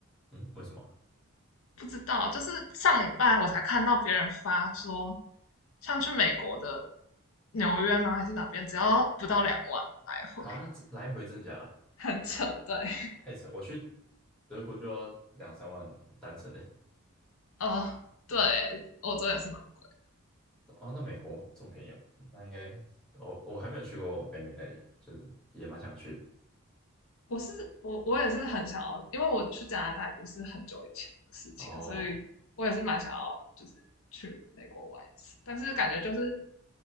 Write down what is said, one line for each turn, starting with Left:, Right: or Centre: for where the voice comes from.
Centre: 嗯，为什么
Left: 不知道，就是上礼拜我才看到别人发说，像去美国的纽约吗？还是哪边，只要不到两万来回，
Centre: 啊？啊这来回真的假的？
Left: 很扯。对，
Centre: 太扯，我去德国就要两三万单程的，
Left: 哦，对，欧洲也是蛮贵。
Centre: 哦，那美国这么便宜哦，那应该我我还没有去过北美那里，就是也蛮想去的，
Left: 我是我我也是很想要，因为我去加拿大已经是很久以前的事情了，
Centre: 哦。
Left: 所以我也是蛮想要就是去美国玩一次，但是感觉就是